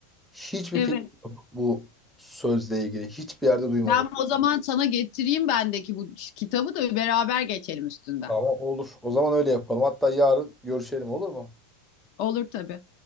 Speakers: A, in the centre; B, on the left.
A: Hiçbir
B: Evet.
A: fikrim yok bu sözle ilgili. Hiçbir yerde duymadım.
B: Ben o zaman sana getireyim bendeki bu kitabı da beraber geçelim üstünden.
A: Tamam olur. O zaman öyle yapalım. Hatta yarın görüşelim olur mu?
B: Olur tabii.